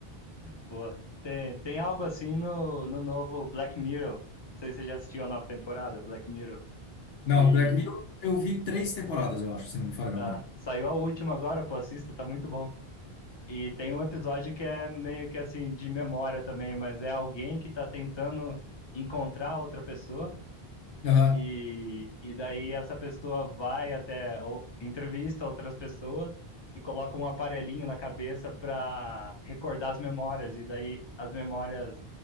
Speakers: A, on the left; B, on the left.
A: Pô, tem, tem algo assim no, no novo Black Mirror. Não sei se você já assistiu a nova temporada, Black Mirror.
B: <laughs> Não,
A: E
B: Black Mirror, eu vi três temporadas, eu acho, se não me falha a
A: ah,
B: memória.
A: saiu a última agora, pô, assista, tá muito bom. E tem um episódio que é meio que assim, de memória também, mas é alguém que tá tentando encontrar outra pessoa.
B: Aham,
A: E, e daí essa pessoa vai até, ou, entrevista outras pessoas e coloca um aparelhinho na cabeça para recordar as memórias. E daí as memórias